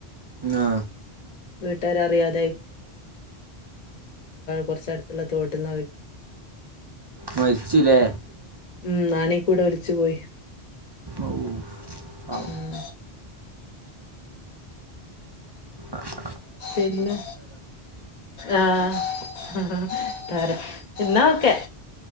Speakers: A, on the right; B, on the left.
A: ആ,
B: വീട്ടാര് അറിയാതെ കൊറച്ചടത്തുള്ള തോട്ട്ന്നാ
A: മരിച്ചൂല്ലെ
B: ഉം നാണി കൂടെ ഒലിച്ചു പോയി
A: ഔ ഔ
B: ഉം
A: ആഹ്
B: പിന്നെ ആഹ് തരാ എന്നാ ഓക്കെ